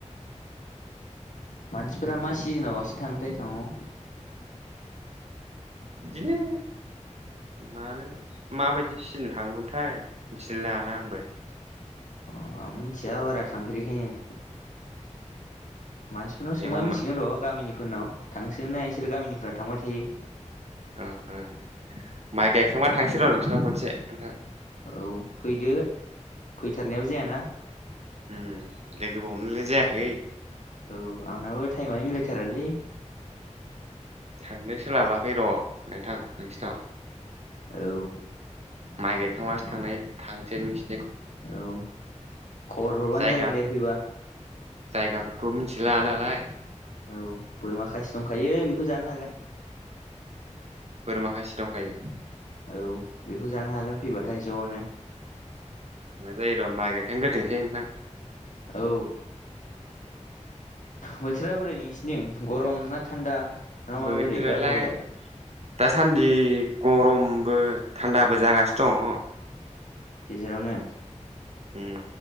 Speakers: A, on the left (about 85°); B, on the right (about 60°).
A: मानसिफोरा मा सिजोनाव बांसिन थाङोथाय टावांआव
B: बिदिनो मानो माबायदि सिजोन थाङोमोनथाय मिथिलाय लांला आंबो
A: अ आंबो मिथिया बारा थांफेरिखायनो मानसिफोरनाव सोंबा
B: एबा
A: मिथिगोन
B: मा
A: र' गामिनिफोरनाव थांसिनोना इसोर गामिनिफ्रा थांबाय थायो
B: उम-उम माइ गायखांबा थांसै र' नोंसोरनाव खनसे नोंथां
A: औ फैदो फैथारनायाव जायाना
B: उम लोगोबो हमलायनाय जायाखै
A: औ आंनाबो टाइमयानो मिलायथारालै
B: थांनो सोलाबाखै र' नोंथां नोंसिनाव
A: औ
B: माइ गायखांबासो थांनाय थांनोसै नोंसोर
A: औ खबर हरबानो
B: जायगाफोर
A: जागोन दे फैबा
B: जायगाफोरखौ मिथिला नालाय
A: औ बोरमा खासि दंखायो बेखौ जानो हागोन
B: बोरमााखासे दंखायो?
A: औ बेखौ जानो हागोन फैबाथाय ज'नो।
B: मा जायो र' माइ गायखां गोथोंसै नोंथां
A: औ। बोथोरा बोरै नोंसिरनिथिं गरम ना थान्दा ना
B: बोथोरालाय
A: माबा बोरै बारहावाया
B: दासान्दि गरमबो थान्दाबो जागासिनो दङ
A: गेजेरावनो
B: ओम